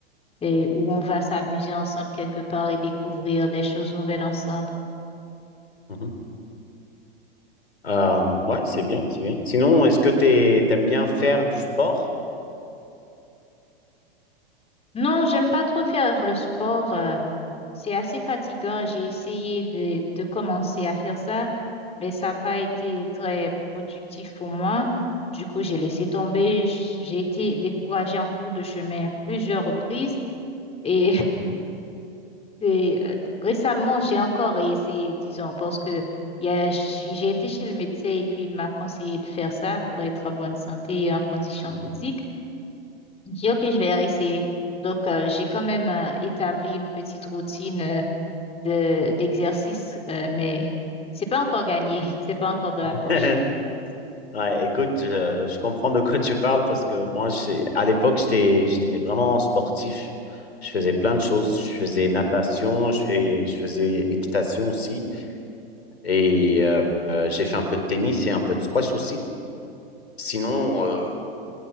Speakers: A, on the left; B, on the left.
A: et où on va s'amuser ensemble quelque part et découvrir des choses nouvelles ensemble.
B: mhm. Euh, ouais, c'est bien, c'est bien. Sinon, est-ce que tu aimes bien faire du sport?
A: Non, j'aime pas trop faire le sport. euh, C'est assez fatigant. J'ai essayé de, de commencer à faire ça, mais ça n'a pas été très productif pour moi. Du coup, j'ai laissé tomber. J'ai été découragée en cours de chemin à plusieurs reprises. Et,
B: Mhm,
A: <laughs> et, euh, récemment, j'ai encore essayé, disons, parce que il y a- j'ai j'ai été chez le médecin et puis il m'a conseillé de faire ça pour être en bonne santé et en condition
B: mhm.
A: physique. J'ai dit, OK, je vais essayer. Donc, euh, j'ai quand même euh, établi une petite routine. euh, de, d'exercice, euh, mais c'est pas encore gagné, <laughs> c'est pas encore de la
B: <laughs>
A: poche.
B: Ouais, écoute, je, je comprends de quoi tu parles parce que moi, je- à l'époque, j'étais, j'étais vraiment sportif. Je faisais plein de choses. Je faisais natation, je fais, je faisais équitation aussi. Et euh, euh, j'ai fait un peu de tennis et un peu de squash aussi. Sinon, euh,